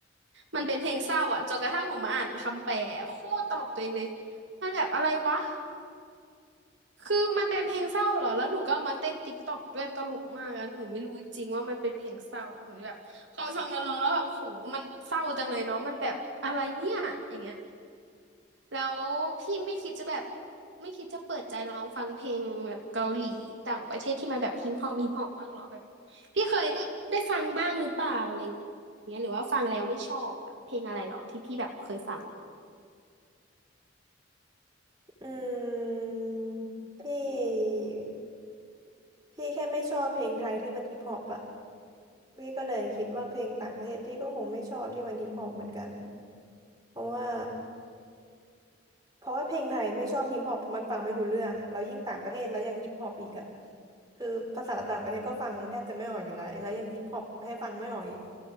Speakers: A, on the right; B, on the right.
A: มันเป็นเพลงเศร้าอ่ะจนกระทั่งหนูมาอ่านคำแปลอะโคตรตลกตัวเองเลยมันแบบอะไรวะคือมันเป็นเพลงเศร้าเหรอแล้วหนูก็เอามาเต้นติ๊กต็อกด้วยตลกมากอะหนูไม่รู้จริงๆว่ามันเป็นเพลงเศร้าหนูแบบพอฟังเนื้อร้องแล้วแบบโหมันเศร้าจังเลยเนาะมันแบบอะไรเนี่ยอย่างเงี้ย แล้วพี่ไม่คิดจะแบบไม่คิดจะเปิดใจลองฟังเพลงแบบเกาหลีต่างประเทศที่มันแบบฮิปฮอปฮิปฮอปบ้างเหรอแบบพี่เคยได้ได้ฟังบ้างหรือเปล่าอะไรอย่างเงี้ยหรือว่าฟังแล้วไม่ชอบแบบเพลงอะไรเหรอที่พี่แบบเคยฟัง
B: อืมพี่ พี่แค่ไม่ชอบเพลงไทยที่มันฮิปฮอปอะพี่ก็เลยคิดว่าเพลงต่างประเทศพี่ก็คงไม่ชอบที่มันฮิปฮอปเหมือนกันเพราะว่าเพราะว่าเพลงไทยไม่ชอบฮิปฮอปเพราะมันฟังไม่รู้เรื่องอะแล้วยิ่งต่างประเทศแล้วยังฮิปฮอปอีกอะคือภาษาต่างประเทศก็ฟังแทบจะไม่ออกอยู่แล้วแล้วยังฮิปฮอปให้ฟังไม่ออกอีก